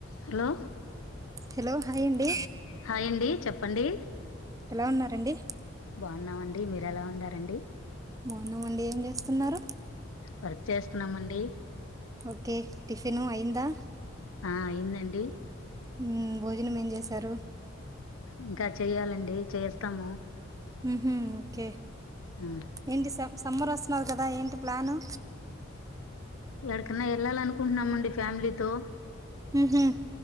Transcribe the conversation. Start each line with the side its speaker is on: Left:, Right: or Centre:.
Left: Hello
Right: hello hi అండి
Left: hi అండి చెప్పండి
Right: ఎలా ఉన్నారండి
Left: బాన్ బాన్నమండి మీరు ఎలా ఉండారండి
Right: బాన్నామండి ఏం చేస్తున్నారు
Left: వర్క్ చేస్తున్నామండి
Right: ఓకే టిఫన్ అయ్యిందా
Left: ఆ అయిందండి
Right: మ్మ్ భోజనం ఏం చేశారు
Left: ఇంకా చెయ్యాలండి చేస్తాము
Right: మ్మ్ హ్మ్ ఓకే
Left: ఆ,
Right: ఏంటి స సమ్మర్ వస్తున్నాది కదా ఏంటి ప్లాను
Left: యాడకన్నా వెళ్ళాలనుకుంటున్నామండి ఫ్యామిలీతో
Right: మ్మ్ హ్మ్